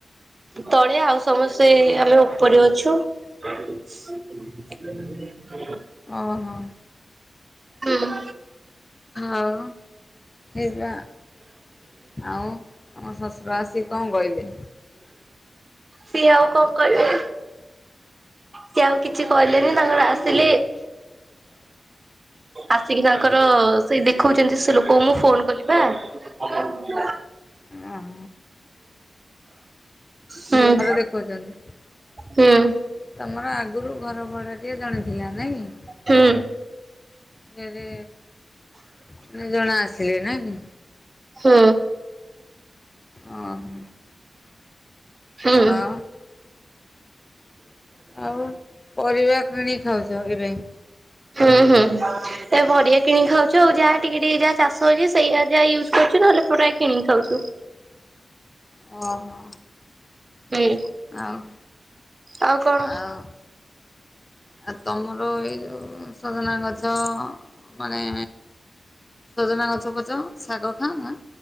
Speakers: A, on the right; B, on the left.
A: ତଳେ ଆଉ ସମସ୍ତେ ଆମେ ଉପରେ ଅଛୁ। ହୁଁ ବିଲିଭ୍ କର
B: ଓହୋ
A: ହୁଁ
B: ଆଉ ଏଇଆ ଆଉ ତମ ଶଶୁର ଆସିକି କଣ କହିଲେ
A: ସିଏ ଆଉ କଣ କହିବେ ସିଏ ଆଉ କିଛି କହିଲେନି ତାଙ୍କର ଆସିଲେ ଆସିକି ତାଙ୍କର ସେ ଦେଖେଉଛନ୍ତି ସେ ଲୋକଙ୍କୁ ମୁ ଫୋନ୍ କଲି ପା ଅ ବାଟୁଆ
B: ଆ ହ
A: ହୁଁ
B: ଦେଖଉଛନ୍ତି।
A: ହୁଁ
B: ତମର ଆଗରୁ ଘର ଭଡ଼ା ଟିଆ ଜଣେଥିଲା ନାଇଁ କି
A: ହୁଁ
B: ଫେରେ ତିନି ଜଣ ଆସିଲେ ନାଇଁ କି
A: ହୁଁ
B: ଓହୋ
A: ହୁଁ
B: ଆଉ ଆଉ ପରିବା କିଣି ଖାଉଛ ଏବେ
A: ହୁଁ ହୁଁ ଏ ପରିବା କିଣିକି ଖାଉଛୁ ଆଉ ଯାହା ଟିକେ ଟିକେ ଯାହା ଚାଷ ହେଉଛି ସେଇଆ ଯାହା ୟୁଜୁ କରୁଛୁ ନହେଲେ ପୁରା କିଣିକି ଖାଉଛୁ
B: ଓହୋ
A: ହୁଁ
B: ଆଉ
A: ଆଉ କଣ
B: ଆଉ ଆଉ ତମର ଏଇ ଯୋଉ ସଜନା ଗଛ ମାନେ ସଜନା ଗଛ ପଛ ଶାଗ ଖାଅ‌ ନା